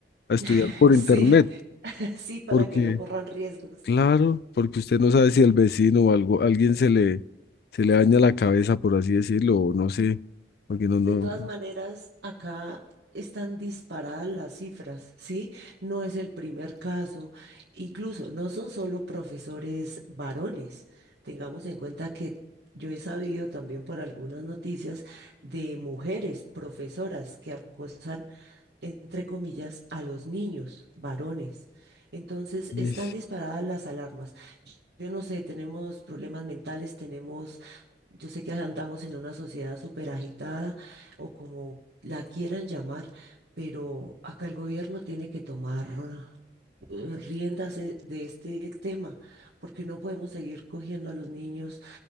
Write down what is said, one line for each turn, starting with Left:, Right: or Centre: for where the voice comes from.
Left: a estudiar
Right: <laughs>
Left: por
Right: Sí.
Left: internet,
Right: <laughs> Sí, para
Left: porque,
Right: que no corran riesgos.
Left: claro, porque usted no sabe si al vecino o algo, alguien se le, se le daña la cabeza, por así decirlo, o no sé, porque no, no.
Right: De todas maneras, acá están disparadas las cifras, ¿sí? No es el primer caso. Incluso no son solo profesores varones. Tengamos en cuenta que yo he sabido también por algunas noticias de mujeres profesoras que acosan entre comillas, a los niños, varones. Entonces, están
Left: ish,
Right: disparadas las alarmas. Yo no sé, tenemos problemas mentales, tenemos, yo sé que andamos en una sociedad súper agitada o como la quieran llamar, pero acá el gobierno tiene que tomar eh, riendas de de este tema, porque no podemos seguir cogiendo a los niños